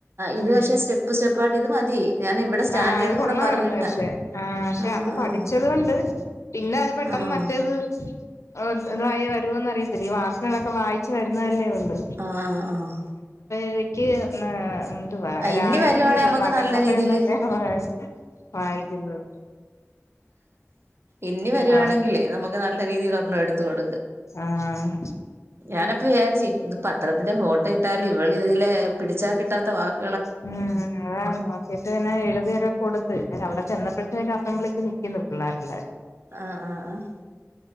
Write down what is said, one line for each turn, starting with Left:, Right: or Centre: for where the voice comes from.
Right: ഇത്
Left: ഉം
Right: പക്ഷെ സ്റ്റെപ്പ് സ്റ്റെപ്പായിട്ട് ഇത് മതി ഞാൻ ഇവിടെ സ്റ്റാൻഡേർഡും
Left: ആഹ് അത് കൊള്ളാരുന്ന്
Right: കൂടെ പറഞ്ഞിട്ടാ
Left: പക്ഷേ ആ പക്ഷെ
Right: ആഹ്
Left: അത് പഠിച്ചത് കൊണ്ട് പിന്നെ അത് പെട്ടെന്ന്
Right: ആഹ്
Left: മറ്റ ത് ഏഹ് ഇതായി വരുവോന്നറിയത്തില്ല ഈ വാർത്തകളൊക്കെ വായിച്ച് വരുന്നതല്ലേ ഒള്ള്
Right: ആഹ് ആഹ് ആഹ്
Left: എനിക്ക് ഒന്ന് ഉം ട്ട് വാ
Right: ആഹ്
Left: രാ
Right: ഇനി
Left: യൊന്നൂല്ല
Right: വരുവാണെ നമുക്ക്
Left: നഗസഭേന്നൊക്കെയാ
Right: നല്ല രീതിയില്
Left: വായിക്കുന്നത്.
Right: ഇനി വരുവാണെങ്കിൽ
Left: ആഹ്
Right: നമുക്ക് നല്ല രീതിൽ ഒരെണ്ണം എടുത്ത കൊടു
Left: ആഹ
Right: ഞാനപ്പ വിചാരിച്ച ഇത് പത്രത്തിന്റെ ഫോട്ടോ ഇട്ടാലും ഇവള് തെലെ പിടിച്ചാൽ കിട്ടാത്ത വാക്ക്
Left: ഉം അതാ നോക്കീട്ട് പിന്നെ എഴുതിയൊക്കെ കൊടുത്ത് അവിടെ ചെന്നപ്പോഴത്തേൊക്കെ അസംബ്ലിക്ക് എക്കള്ളാറുള്ളർ <unintelligible>
Right: ആഹ ആഹ ആഹ